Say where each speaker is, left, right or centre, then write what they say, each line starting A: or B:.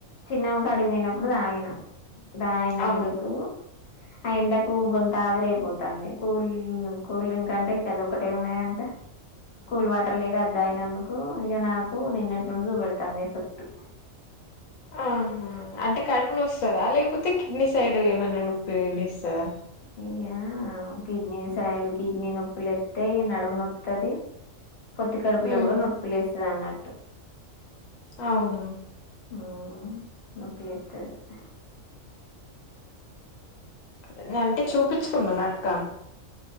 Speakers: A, on the left; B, on the left.
A: చిన్నగ పడి పోయినప్పుడు తాగిన దాగినందుకు
B: అవును
A: అ ఎండకు గొంతు ఆవిరయిపోతాంది కూల్ కూల్ డ్రింక్ అంటే ఇక అది ఒకటే ఉన్నాయంట కూల్ వాటర్ లేక అది తాగినందుకు ఇక నాకు నిన్నటి నుండి చూపెడతంది ఎఫెక్ట్
B: ఆహ! అంటే కడుపు నస్తదా లేకపోతే కిడ్నీ సైడ్ ఏమైనా నొప్పి ఉండిస్తద
A: అయ్యా కిడ్నీ సైడ్ కిడ్నీ నొప్పులు వత్తయి నడుము నొత్తది. పొత్తి కడుపులో
B: ఉమ్
A: కూడా నొప్పి లేస్తదన్నట్టు
B: అవునా
A: ఆ నొప్పి లేత్తది.
B: ఇంగ అంటే చూపిచ్ కున్నా నక్క